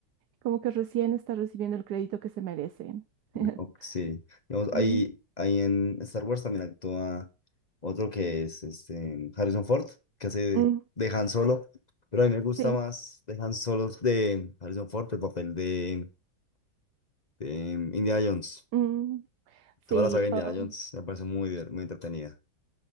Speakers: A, on the right; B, on the left.
A: como que recién está recibiendo el crédito que se merece. <laughs>
B: Ok, sí. Digamos,
A: Ujú.
B: ahí, ahí en Star Wars también actúa otro que es este, Harrison Ford, que hace de
A: Mm,
B: de Han Solo. Pero a mí me gusta
A: sí,
B: más de Han Solo de Harrison Ford, el papel de, de Indiana Jones.
A: mm, sí,
B: Toda la saga de Indiana
A: oh,
B: Jones me parece muy, diver- muy entretenida.